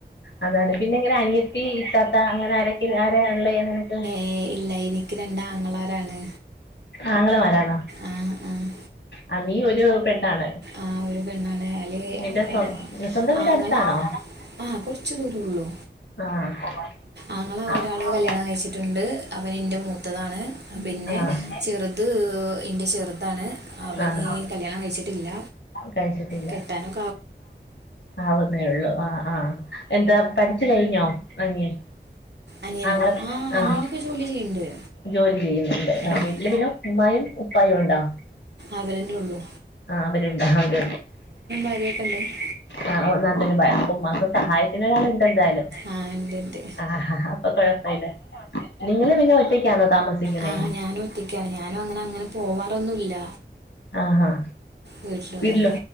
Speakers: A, on the left (about 75°); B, on the right (about 70°).
A: അതാണ് പിന്നെ ഇങ്ങനെ അനിയത്തി ഇത്താത്ത അങ്ങനെ ആരക്ക ആര ഉള്ളേ നിനക്ക്
B: ഏ ഇല്ല എനിക്ക് രണ്ടാങ്ങളാരാണ്
A: ആങ്ങളമാരാണോ?
B: ആഹ് ആഹ്
A: ആ നീ ഒരു പെണ്ണാണ്
B: ആ ഒരു പെണ്ണാണ് അല്
A: നിന്റെ സ്വ
B: ഓ
A: സ്വന്തം വീട്
B: ആങ്ങള
A: അടുത്താണോ
B: ആ കൊർച്ച് ദൂരം ഉള്ളൂ
A: ആഹ്
B: ആങ്ങള
A: ആഹ്
B: ഒരാള് കല്യാണം കഴിച്ചിട്ടുണ്ട് അവന് ന്റെ മൂത്തതാണ് പിന്നെ
A: ആഹ്
B: ചെറ്ത് ഇന്റെ ചെറുതാണ് അവന്
A: ആഹ്
B: കല്യാണം കഴിച്ചിട്ടില്ല
A: കഴിച്ചിട്ടില്ല
B: കെട്ടാനും
A: ആവുന്നേ ഉള്ളു ആ ആ എന്താ പഠിച് കഴിഞ്ഞോ അനിയൻ
B: അനിയനോ
A: ആങ്ങള ആ
B: അനിയനൊക്കെ ജോലി ചെയ്യുന്നുണ്ട്
A: ജോലി ചെയ്യുന്നുണ്ട്
B: ആ
A: ഇല്ല പിന്നെ ഉമ്മയും ഉപ്പായും ഉണ്ടോ
B: അവരെന്നെ ഉള്ളൂ
A: ആ അവര്ണ്ടാ അവര്ണ്ട്
B: കറി ഒക്കെ ണ്ട്
A: ആ ഓ നാത്തൂന് ഭയം ഉമ്മാക്ക് സഹായത്തിന് ഒരാള്ണ്ട് എന്തായാലും
B: ആ ഉണ്ട് ഉണ്ട്
A: ആ അപ്പൊ കുഴപ്പമില്ല നിങ്ങള് പിന്നെ ഒറ്റക്കാണോ താമസി സിക്കുന്നെ
B: ആ ഞാനും ഒറ്റയ്ക്കാണ് ഞാനും അങ്ങനെ അങ്ങനെ പോവാറൊന്നുമില്ല
A: ആഹാ
B: വീട്ടിലൊന്നും
A: വീട്ട്ലോ